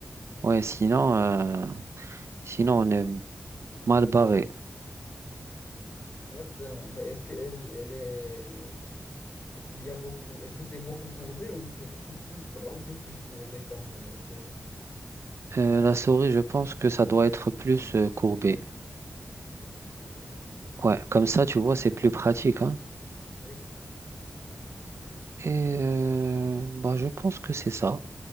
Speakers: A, on the right; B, on the left.
A: Ouais, sinon, euh, sinon on est mal barré.
B: Exactement. Mais est-ce qu'elle, elle est... Est-ce qu'il y a beaucoup... Est-ce que c'est beaucoup courbé ou c'est c'est plus plat ou c'est plus courbé comme euh, souris?
A: Euh, la souris, je pense que ça doit être plus euh, courbé.
B: Hmm,
A: Ouais, comme ça, tu vois, c'est plus pratique, hein.
B: oui.
A: Et euh, bah, je pense que c'est ça.